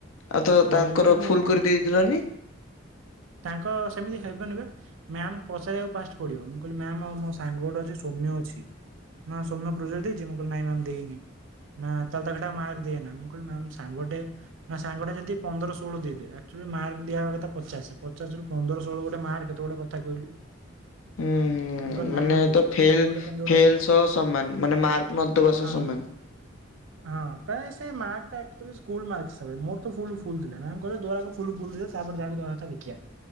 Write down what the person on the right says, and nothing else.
ସେଇ
ଯୋଗୁରୁ ମୁଁ
ତାଙ୍କ ସେମିତି ହେଇବନି ବା ମ୍ୟାାମ ପଚାରିବାକୁ ଫାଷ୍ଟ ପଡିବ ମୁଁ କହିଲି ମ୍ୟାାମ ଆଉ ମୋ ସାଙ୍ଗ ଗୋଟେ ଅଛି ସୋମ୍ୟ ନା ସ ପ୍ରଜୋଗ ଦେଇଛି ମୁଁ କହିଲ ନାଇଁ ମ୍ୟାମ୍ ଦେଇନି। ନା ଚାଲତା ଖଟା ମାର୍ଗ ଦେଇିନା ମୁଁ କିଲ ସାଙ୍ଗଟେ ନା ସାଙ୍ଗା ଯଦି ପନ୍ଦର ଷୋହଳଚ ମାର୍କ ଦିବା କଥା ପଚାଶ ପଚାଶରୁ ପନ୍ଦର ଷୋଳ ଗୋଟେ ମାର୍କ ଗୋଟେ କଥା କହିଲୁ
ମୁଁ କହିଲି ନାଇଁ
ମ୍ୟାମ୍ ଏତେ କମ୍ ଗୋଟେ କେମିତି ଗୋଟେ
ହଁ।
ହଁ ତ ସେ ମକ ସ୍କୁଲ ମାର୍କସ୍। ତେବେ ମୋର ତ ଫୁଲ୍ ଫୁଲ୍ ଥିଲା ମାମ୍ କହିବେ ତୋର ଆଗ ଫୁଲ୍ ଫୁଲ୍ ଦିଅ ତାପରେ ଯାହାକୁ ଦବା କଥା ଦେଖିଆ।